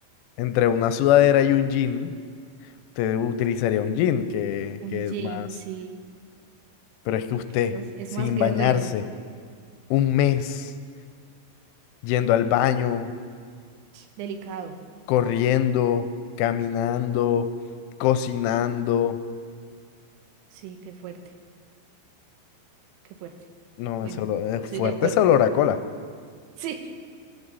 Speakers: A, on the left; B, on the right.
A: entre una sudadera y un jean, usted utilizaría un jean que, que
B: Un jean,
A: es más.
B: sí.
A: Pero es que usted,
B: pero es es
A: sin
B: más guerrero.
A: bañarse, un mes yendo al baño.
B: Delicado.
A: corriendo, caminando, cocinando.
B: Sí, qué fuerte, qué fuerte.
A: No,
B: Bueno,
A: ese olor- es
B: estoy
A: fuerte
B: de acuerdo.
A: ese olor a cola.
B: Sí,